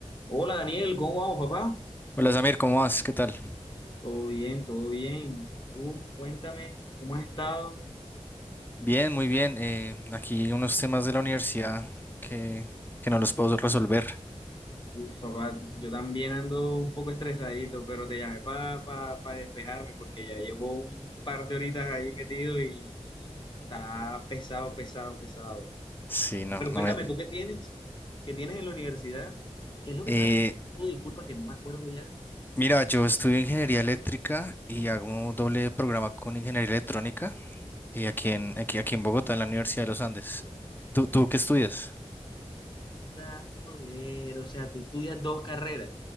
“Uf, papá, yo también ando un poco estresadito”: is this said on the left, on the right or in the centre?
Left